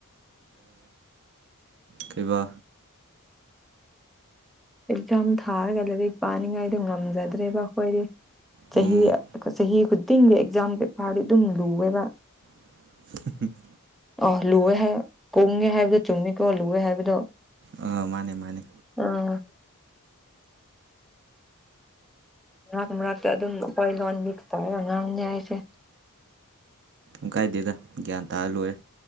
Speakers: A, on the right; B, in the centre.
A: ꯀꯩꯕꯥ
B: ꯑꯦꯛꯖꯥꯝ ꯊꯥꯔꯒ ꯂꯥꯏꯔꯤꯛ ꯄꯥꯅꯤꯡꯉꯥꯏꯗꯣ ꯉꯝꯖꯗ꯭ꯔꯦꯕ ꯑꯩꯈꯣꯏꯗꯤ
A: ꯎꯝ
B: ꯆꯍꯤ ꯆꯍꯤ ꯈꯨꯗꯤꯡꯒꯤ ꯑꯦꯛꯖꯥꯝ ꯄꯦꯄꯔꯗꯤ ꯑꯗꯨꯝ ꯂꯨꯑꯦꯕ
A: <inaudible>
B: ꯑ ꯂꯨꯑꯦ ꯍꯥꯏ ꯀꯨꯡꯉꯦ ꯍꯥꯏꯕꯗꯣ ꯆꯨꯝꯃꯤꯀꯣ ꯂꯨꯋꯦ ꯍꯥꯏꯕꯗꯣ
A: ꯑꯥ ꯃꯥꯅꯦ ꯃꯥꯅꯦ
B: ꯑꯥ ꯉꯥꯛ ꯃꯔꯥꯛꯛꯇ ꯑꯗꯨꯝ ꯑꯩꯈꯣꯏ ꯂꯣꯟꯃꯤꯛꯁ ꯇꯧꯔꯒ ꯉꯥꯡꯅꯤ ꯍꯥꯏꯁꯦ
A: ꯀ ꯀꯥꯏꯗꯦꯗ ꯒ꯭ꯌꯥꯟ ꯇꯥꯔ ꯂꯣꯏꯔꯦ